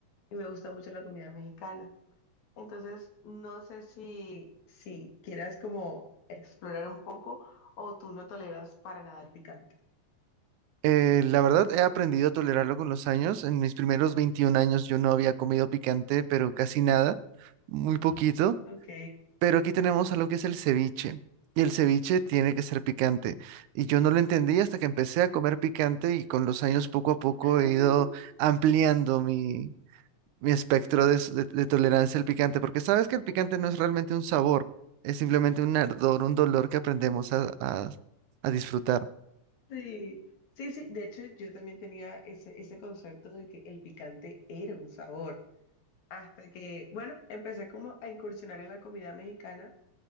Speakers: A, on the left; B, on the right.
A: y me gusta mucho la comida mexicana. Entonces, no sé si, si quieras como explorar un poco o tú no toleras para nada el picante.
B: Eh, la verdad, he aprendido a tolerarlo con los años. En mis primeros 21 años yo no había comido picante, pero casi nada, muy poquito.
A: Ok.
B: Pero aquí tenemos algo que es el ceviche. Y el ceviche tiene que ser picante. Y yo no lo entendí hasta que empecé a comer picante y con los años poco a poco
A: <laughs>
B: he ido ampliando mi, mi espectro de, s- de- de tolerancia al picante, porque sabes que el picante no es realmente un sabor, es simplemente un ardor, un dolor que aprendemos a a- a disfrutar.
A: Sí, sí, sí. De hecho, yo también tenía ese, ese concepto de que el picante era un sabor. Hasta que, bueno, empecé como a incursionar en la comida mexicana